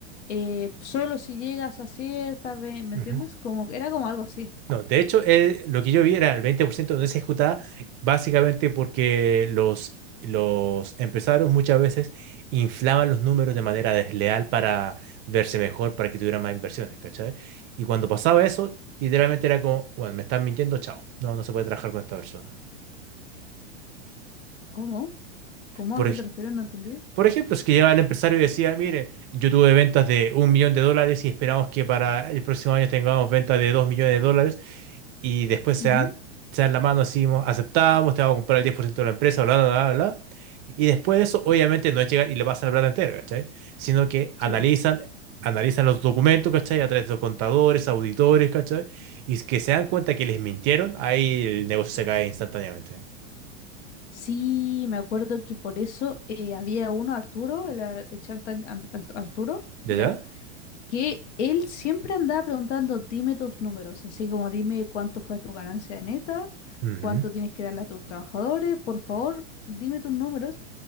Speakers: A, on the left; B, on the right.
A: eh, solo si llegas a cierta, ve- ¿me
B: Ujú.
A: entiendes? Como, era como algo así.
B: No, de hecho, eh, lo que yo vi era el 20% no se ejecutaba básicamente porque los, los empresarios muchas veces inflaban los números de manera desleal para verse mejor, para que tuvieran más inversiones, ¿cachai? Y cuando pasaba eso, literalmente era como, bueno, me están mintiendo, chao, no, no se puede trabajar con esta persona.
A: ¿Cómo? ¿Cómo?
B: Por,
A: ¿A qué
B: ej-
A: te refieres? No entendí.
B: por ejemplo, es que llegaba el empresario y decía, mire, yo tuve ventas de un millón de dólares y esperamos que para el próximo año tengamos ventas de dos millones de dólares, y después se
A: Ujú,
B: dan, se dan la mano, así, mo- aceptamos, te vamos a comprar el 10% de la empresa, bla, bla, bla, bla. Y después de eso, obviamente, no es llegar y le pasan la plata entera, ¿cachai? Sino que analizan,
A: sí, po.
B: analizan los documentos, ¿cachai? A través de los contadores, auditores, ¿cachai? Y es que se dan cuenta que les mintieron, ahí el negocio se cae instantáneamente.
A: Sí, me acuerdo que por eso eh, había uno, Arturo, el, Ar- el Shark Tank Ar- Ar- Arturo,
B: ¿Ya,
A: ¿ya?
B: ya?
A: Que él siempre andaba preguntando, dime tus números, así como dime cuánto fue tu ganancia neta,
B: Ujú.
A: cuánto tienes que darle a tus trabajadores, por favor, dime tus números.